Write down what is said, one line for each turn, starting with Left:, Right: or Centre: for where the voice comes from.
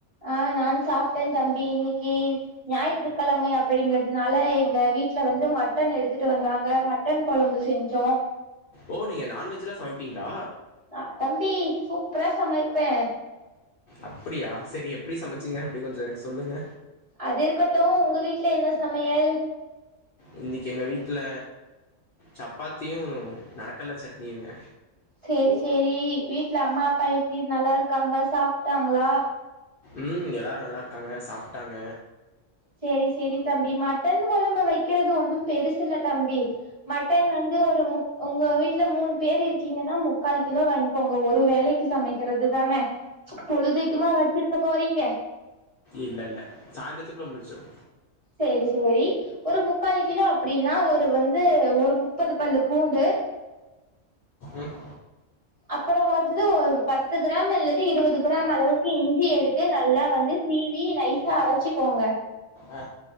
Right: ஆ நான் சாப்டே தம்பி இன்னைக்கி ஞாயிற்றுக்கெணழமை அப்டிங்கிறதுனால எங்க வீட்ல வந்து மட்டன் எடுத்துட்டு வந்தாங்க மட்டன் கொழம்பு செஞ்சோ
Left: ஓ நீங்க நான்வெஜ்ஜலா சமப்பீங்ளா?
Right: அ தம்பி சூப்பரா சமைப்பே
Left: அப்புடியா செரி எப்டி சமச்சீங்க அப்டி கொஞ்ச எனக் சொல்லுங்க
Right: அது இருக்கட்டு உங்க வீட்ல என்ன சமையல்?
Left: இன்னக்கி எங்க வீட்ல சப்பாத்தியு நடக்கல்ல சட்னியுங்க
Right: சேரி சேரி வீட்ல அம்மா அப்பா எப்டி நல்லாருக்காங்ளா? சாப்டாங்ளா?
Left: ம் எல்லாரு நல்லாருக்காங்க சாப்டாங்க
Right: சேரி சேரி தம்பி மட்டன் கொழம்பு வக்கிறது ஒன்னும் பெருசுல்ல தம்பி மட்டன் வந்து ஒரு முக் உங்க வீட்ல மூணு பேர் இருக்கீங்கன்னா முக்கால் கிலோ வாங்க்கோங்க ஒரு வேலைக்கு சமைக்கிறது தானே பொழுதைக்குமா வச்சிருக்க போறீங் க
Left: இல்லெல்ல சாய்ந்திரத்துக்குள்ள முடிசுசுரு
Right: சேரி சேரி ஒரு முக்கால் கிலோ அப்டின்னா ஒரு வந்து ஒரு முப்பது பல்லு பூண்டு
Left: ம்
Right: அப்பற வந்து ஒரு பத்து கிராம் அல்லது இருவது கிராம் அளவுக்கு இஞ்சி எடுத்து நல்லா வந்து சீவி நைசா அரச்சிக்கோங்க
Left: ஆ